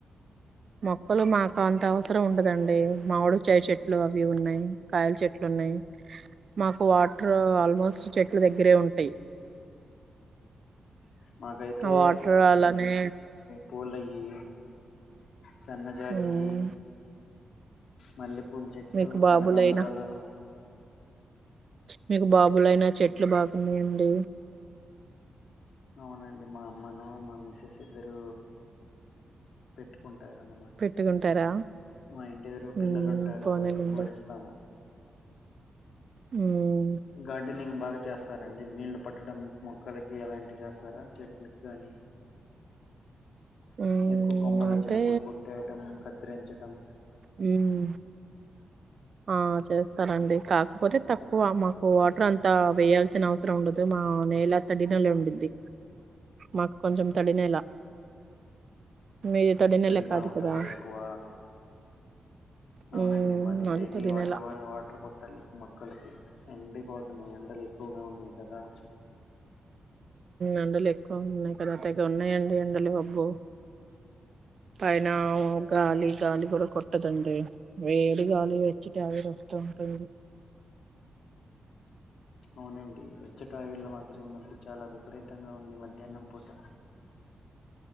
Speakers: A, on the right; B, on the left.
A: మొక్కలు మాకు అంత అవసరం ఉండదండి మావుడు చై చెట్లు <unintelligible> ఏ ఉన్నాయి హ్మ్ కాయల చెట్లు ఉన్నాయి మాకు వాటర్ ఆల్మోస్ట్ చెట్లు దగ్గరే ఉంటాయి
B: మాకైతే
A: ఆ వాటర్ అలానే
B: పోల ఈ సన్నజాజీ
A: ఉమ్,
B: మళ్ళీ పుల్చేట్టు
A: మీకు బాబులైనా
B: కమరాలు
A: మీకు బాబుల అయిన చెట్లు బాగున్నాయండి
B: అవునండి మా అమ్మను మా మిస్సెస్ ఇద్దరు పెట్టుకుం అంటారు అన్నమాట
A: పెట్టుకుంటారా
B: మా ఇంటి ఎదురు
A: ఉమ్,
B: పిల్లలు ఉంటారు
A: పోనీలేండి
B: వాళ్ళకి కూడ ఇస్తాము
A: హ్మ్
B: గార్డెనింగ్ బాగా చేస్తారండి నీళ్లు పట్ కుట్టడం మొక్కలకి ఎలాంటివి చేస్తారా చెట్లకి గానీ
A: ఉమ్,
B: ఎక్కువ కొమ్మలు
A: అంటే
B: వచ్చినప్పుడు కొట్టేయటం కత్తిరించటం
A: హ్మ్ ఆ చేస్తారండి కాకపోతే తక్కువ మాకు వాటర్ అంతా వేయాల్సిన అవసరం ఉండదు అ నెలా తడి నెల ఉండిద్ది మాకు కొంచెం తడి నెలా మీది తడి నెల
B: తడిగా
A: కాదు
B: ఉంటదా
A: కదా
B: ఎక్కువ అవునండి
A: హ్మ్.
B: మాది డైలీ
A: తడి
B: వాటర్
A: నేల
B: బా వాటర్ కొ తల్లి మొక్కలకి ఎండిపోతున్నాయి ఎండలు ఎక్కువగా ఉన్నాయి కదా
A: ఎండలు ఎక్కువ ఉన్నాయి కదా తెగ ఉన్నాయండి ఎండలు ఆబో పైన గాలి గాలి కూడా కొట్టదండి వేడి గాలి వచ్చిటి ఆవిరు వస్తూ ఉంటు <inaudible>
B: అవునండి వచ్చ పూటా వళ్ళ మాత్రం ఈ మధ్య చాలా విపరీతంగా ఉంది మధ్యాహ్నం పూట